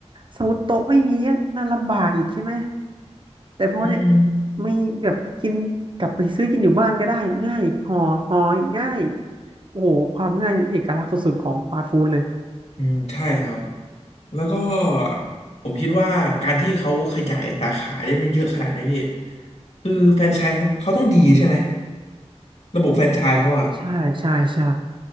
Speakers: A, on the right (about 45°); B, on the left (about 70°).
A: สมมติโต๊ะไม่มีอ่ะน่าลำบากอีกใช่ไหมแต่พอเนี่ย
B: อืม
A: มีแบบกินกลับไปซื้อกินอยู่บ้านก็ได้ง่ายห่อห่อง่ายโอ้โหความง่ายนี่เอกลักษณ์สุดๆของฟาสต์ฟู้ดเลย
B: อืมใช่ครับแล้วก็ผมคิดว่าการที่เขาขยายสาขาได้ไม่เยอะขนาดนี้พี่คือแฟรนไชส์เขาเขาต้องดีใช่ไหมระบบแฟรนไชส์เขาอะ
A: ใช่ใช่ใช่